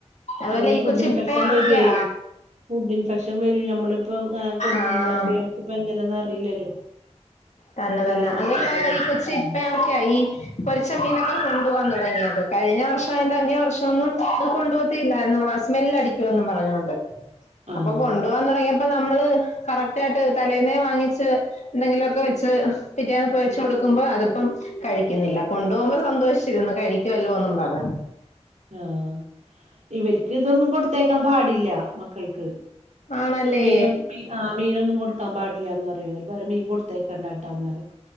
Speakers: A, on the left; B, on the right.
A: അതുമല്ല
B: അതെ
A: ഈ
B: ഫുഡ്
A: കൊച്ചു
B: ഇൻഫെക്ഷൻ
A: ഇപ്പയാർക്കാ
B: വരുവേ ഫുഡ് ഇൻഫെക്ഷൻ വരും നമ്മളിപ്പൊ കൊടുക്കുമ്പോളൊക്കെ
A: ആഹ്
B: നമുക്കിപ്പ എങ്ങനെന്ന് അറിയില്ലല്ലോ
A: തന്ന
B: ചെറിയ
A: തന്നെ
B: മക്കളല്ലേ
A: അതല്ല ഈ കൊച്ചു
B: ഉം
A: ഇപ്പ ഈ പൊരിച്ച മീനൊക്കെ കൊണ്ടു പോവാൻ തുടങ്ങിയത് കഴിഞ്ഞ വർഷം അതിന്റെ അങ്ങേ വർഷം ഒന്നും അത് കൊണ്ടു പോത്തില്ലാരുന്നു സ്മെൽ അടിക്കു വെന്ന് പറഞ്ഞോണ്ട്
B: ആഹ്
A: അപ്പൊ കൊണ്ടു പോവാൻ തുടങ്ങിയപ്പോ നമ്മള് കറക്റ്റ് ആയിട്ട് തലേന്നേ വാങ്ങിച്ച് എന്തെങ്കിലുമൊക്കെ വെച്ച് പിറ്റേന്ന് പൊരിച്ചു കൊടുക്കുമ്പോ അതിപ്പം കഴിക്കുന്നില്ല കൊണ്ടുപോകുമ്പോ സന്തോഷിച്ചിരുന്നു കഴി കഴിക്കുമല്ലോ എന്നും പറഞ്ഞു
B: ആഹ് ഇവരിക്ക് ഇതൊന്നും കൊടുത്തേക്കാൻ പാടില്ല മക്കൾക്ക്
A: ആണല്ലേ
B: മീനും ആഹ് മീനൊന്നും കൊടുക്കാൻ പാടില്ലാന്ന് പറയും അവര് പറയും മീൻ കൊടുത്തേക്കണ്ടാട്ടാന്നറിം